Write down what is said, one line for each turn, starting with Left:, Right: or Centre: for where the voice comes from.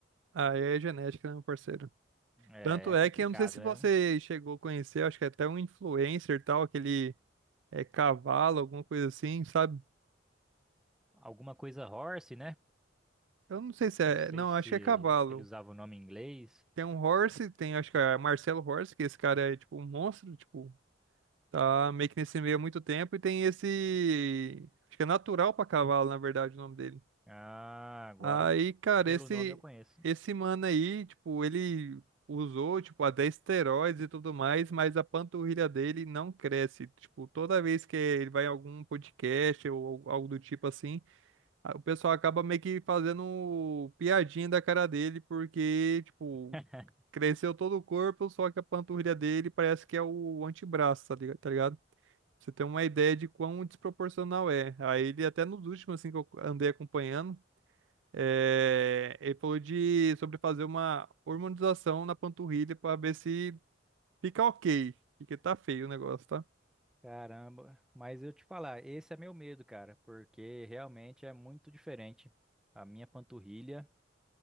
Right: Ah, é genética, né, meu parceiro?
Centre: É,
Right: Tanto
Centre: é
Right: é
Centre: complicado,
Right: que eu não sei se você
Centre: é
Right: chegou a conhecer, acho que é até um influencer e tal, aquele é cavalo, alguma coisa assim, sabe?
Centre: alguma coisa horse, né?
Right: Eu não sei se
Centre: Não
Right: é,
Centre: sei
Right: não,
Centre: se
Right: acho que é cavalo.
Centre: ele usava o nome em inglês.
Right: Tem um Horse, tem acho que é Marcelo Horse, que esse cara é tipo um monstro, tipo, tá meio que nesse meio há muito tempo e tem esse, acho que é natural pra cavalo, na verdade, o nome dele.
Centre: Ah, agora
Right: Aí, cara,
Centre: pelo
Right: esse
Centre: nome eu conheço.
Right: esse mano aí, tipo, ele usou, tipo, até esteroides e tudo mais, mas a panturrilha dele não cresce. Tipo, toda vez que ele vai em algum podcast ou algo do tipo assim, a- o pessoal acaba meio que fazendo piadinha da cara dele, porque, tipo,
Centre: <laughs>
Right: cresceu todo o corpo, só que a panturrilha dele parece que é o antebraço, tá liga- tá ligado? Pra Você tem uma ideia de quão desproporcional é. Aí ele até nos últimos, assim, que eu andei acompanhando, é, ele falou de sobre fazer uma hormonização na panturrilha para ver se fica ok, porque tá feio o negócio, tá?
Centre: Caramba, mas eu te falar, esse é meu medo, cara, porque realmente é muito diferente. A minha panturrilha.